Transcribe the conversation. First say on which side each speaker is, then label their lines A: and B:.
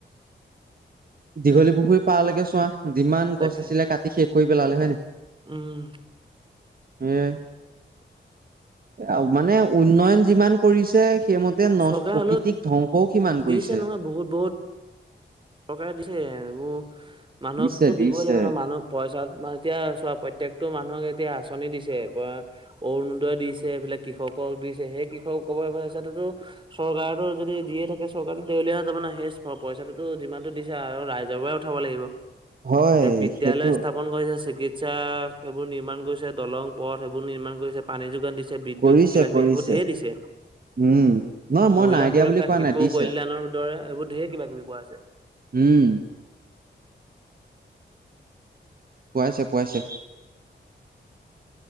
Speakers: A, on the right; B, on the right.
A: দীঘলী পুখুৰী পাৰলৈকে চোৱা যিমান
B: তাকে
A: গছ আছিলে কাটি শেষ কৰি পেলালে হয় নাই?
B: উম।
A: এয়াই আৰু মানে উন্নয়ন যিমান কৰিছে সেইমতে নচ
B: চৰকাৰে
A: প্ৰকৃতিক
B: হলেও
A: ধ্বংসও সিমান
B: দিছে
A: কৰিছে।
B: নহয় বহুত বহুত চৰকাৰে দিছে এইবোৰ মানুহকতো
A: দিছে দিছে
B: দিবই লাগিব ন মানুহক পইচা মানে এতিয়া চোৱা প্ৰত্যেকটো মানুহকে এতিয়া আঁচনি দিছে, অৰুণোদয়ে দিছে, এইফালে কৃষকক দিছে, সেই কৃষকৰ পইচাটো তহ চৰকাৰেতো যদি দিয়ে থাকে চৰকাৰো দেউলীয়া হৈ যাব না সেই পইচাটো যিমানটো দিছে আৰু ৰাইজৰ পৰাই উঠাব লাগিব।
A: হয়
B: এতিয়া বিদ্যালয়
A: সেইটো
B: স্থাপন কৰিছে, চিকিৎসা সেইবোৰ নিৰ্মাণ কৰিছে, দলং পথ সেইবোৰ নিৰ্মাণ কৰিছে, পানী যোগান দিছে, বিদ্যুত
A: কৰিছে
B: কিবা কিবি
A: কৰিছে
B: সেইবোৰ ঢেই দিছে
A: উম নহয় মই
B: মহিলা
A: নাই দিয়া
B: সুৰক্ষা,
A: বুলি কোৱা
B: শিশু
A: নাই দিছে
B: কল্যাণৰ দৰে এইবোৰ ঢেই কিবা কিবি কোৱাইছে।
A: উম। পোৱাইছে পোৱাইছে।